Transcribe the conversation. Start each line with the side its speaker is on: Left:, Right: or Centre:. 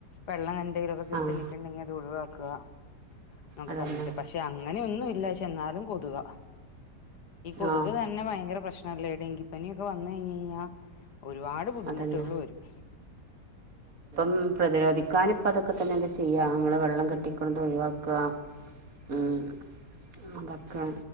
Left: വെള്ളം എന്തേലുവൊക്കെ കെട്ടി
Right: ആഹ്
Left: നിക്കുന്നെങ്കി അത് ഒഴിവാക്കുക നക്കെ
Right: അതന്നെ
Left: പറഞ്ഞിട്ട് പക്ഷെ അങ്ങനെയൊന്നും ഇല്ല പക്ഷേ ന്നാലും കൊതുക ഈ കൊതുക്
Right: ആഹ്
Left: തന്നെ ഭയങ്കര പ്രശ്നവല്ലേ ഡെങ്കിപ്പനിയൊക്കെ വന്ന് കഴിഞ്ഞ് കഴിഞ്ഞാ ഒരുപാട് ബുദ്ധിമുട്ടുകള്
Right: അതന്നെ
Left: വരും
Right: ഉം പ്രതിരോധി ക്കാനിപ്പതൊക്കെ തന്നെ അല്ലേ ചെയ്യാ നമ്മള് വെള്ളം കെട്ടിക്കൊണത്
Left: ഉം
Right: ഒഴിവാക്കുക ഉം അതൊക്കെ